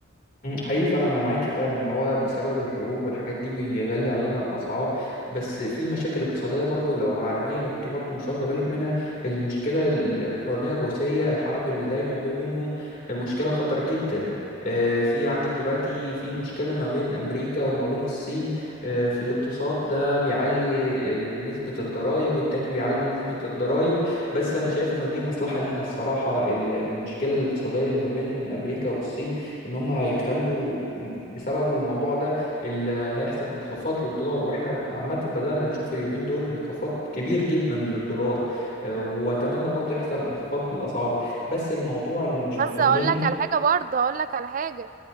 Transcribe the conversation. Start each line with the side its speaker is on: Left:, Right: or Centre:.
Left: مم، حقيقي فعلا انا معاكي فعلا ان هو بسبب الحروب والحاجات دي بيغلي علينا الاسعار بس في مشاكل اقتصاديه برضو لو عالميه لو انت برضو مش واخده بالك منها المشكله الاوكرانيه الروسيه الحرب اللي دايما ما بينهم مشكله خطر جدا آه، في عندك دلوقتي في مشكله ما بين امريكا وما بين الصين آه، في الاقتصاد ده بيعلي ال- نسبه الضرائب والتاني بيعلي نسبه الضرائب بس انا شايف انه دي مصلحه لينا الصراحه ال- المشكله الاقتصاديه اللي ما بين امريكا والصين ان هم هيخلوا بسبب الموضوع ده اللي هيحصل انخفاض للدولار واحنا عامة بدأنا نشوف اليومين دول انخفاض كبير جدا للدولار آه، واتمنى برضو يحصل انخفاض للاسعار بس الموضوع اللي مش
Right: بس
Left: مطمني
Right: هقول لك على حاجه برضه هقول لك على حاجه